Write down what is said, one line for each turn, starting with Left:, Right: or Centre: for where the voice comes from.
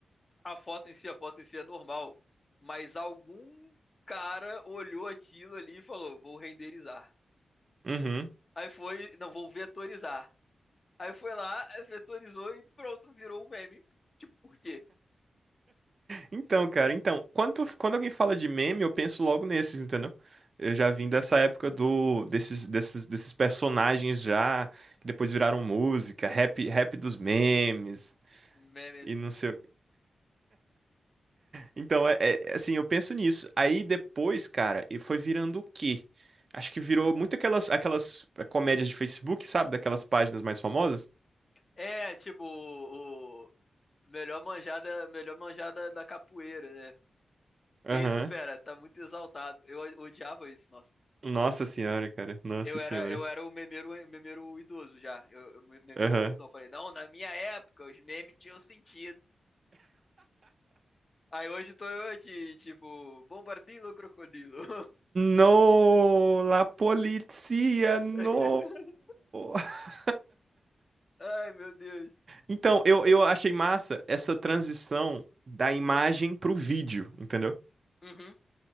Left: a foto em si, a foto em si é normal. Mas algum cara olhou aquilo ali e falou: vou renderizar.
Right: Uhum.
Left: Aí foi, não, vou vetorizar. Aí foi lá, vetorizou e pronto, virou um meme. Tipo, por quê?
Right: Então, cara, então, quando, quando alguém fala de meme, eu penso logo nesses, entendeu? Eu já vim dessa época do desses desses desses personagens já que depois viraram música, rap, rap dos memes.
Left: Memes.
Right: E não sei. o Então, é, é- é assim, eu penso nisso. Aí depois, cara, e foi virando o quê? Acho que virou muito aquelas, aquelas eh, comédias de Facebook, sabe? Daquelas páginas mais famosas.
Left: É, tipo, o, o- melhor manjada, melhor manjada da capoeira, né?
Right: Aham.
Left: Que isso, fera, tá muito exaltado. Eu odiava isso, nossa.
Right: Nossa senhora, cara. Nossa
Left: Eu
Right: senhora.
Left: era, eu era o memeiro, o memeiro idoso já. Eu, eu memeiro
Right: Aham.
Left: tiozão. Falei, não, na minha época os memes tinham sentido. Aí hoje tô eu aqui, tipo, bombardilo ou crocodilo?
Right: No, la polizia, no.
Left: <laughs>
Right: <laughs>
Left: Ai, meu Deus.
Right: Então, eu, eu achei massa essa transição da imagem pro vídeo, entendeu?
Left: Uhum.